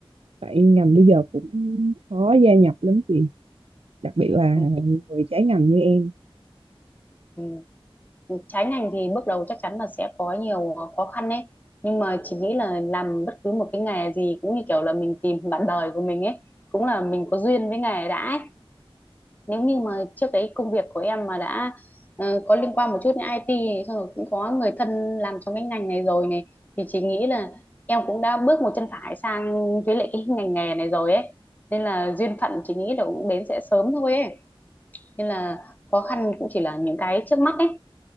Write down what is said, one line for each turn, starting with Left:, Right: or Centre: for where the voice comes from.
Right: tại ngành bây giờ cũng khó gia nhập lắm chị đặc biệt là
Left: ừ,
Right: người trái ngành như em
Left: ừ. Ừ, Trái ngành thì bước đầu chắc chắn là sẽ có nhiều ờ, khó khăn đấy nhưng mà chị nghĩ là làm bất cứ một cái nghề gì cũng như kiểu là mình tìm bạn đời của mình ấy cũng là mình có duyên với nghề đã ấy. nếu như mà trước đấy công việc của em mà đã ờ, có liên quan một chút đến IT này, xong rồi cũng có người thân làm trong cái ngành này rồi này thì chị nghĩ là em cũng đã bước một chân phải sang với lại cái ngành nghề này rồi ấy nên là duyên phận chị nghĩ là cũng đến sẽ sớm thôi ấy nên là khó khăn cũng chỉ là những cái trước mắt ấy